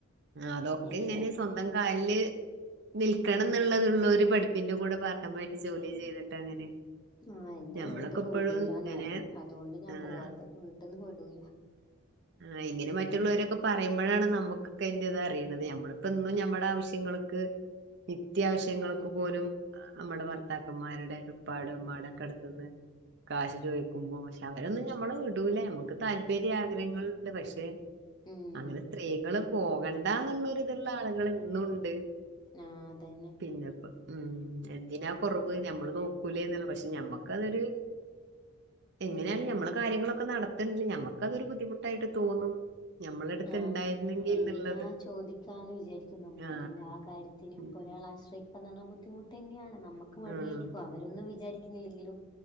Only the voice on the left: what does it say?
എന്റെ
ആഹ്
ആഹ് എന്നെ
വീട്ടിന്ന്
വിടൂലന്ന്
പറഞ്ഞ് അതുകൊണ്ട് ഞാൻ
പോവാത്തെ വീട്ടിന്ന് വിടൂല
ഉം
ഉം
ആഹ് അതന്നെ
ഉം
ആഹ്
എങ്ങനെയാ
ചോദിക്കാന്ന് വിചാരിക്കും നമ്മള്
എല്ലാ കാര്യത്തിനും
<unintelligible> ബുദ്ധിമുട്ട് തന്നെയാണ് നമുക്ക് മടിയായിരിക്കും
അവ രൊന്നും വിചാരിക്കുന്നില്ലെങ്കിലും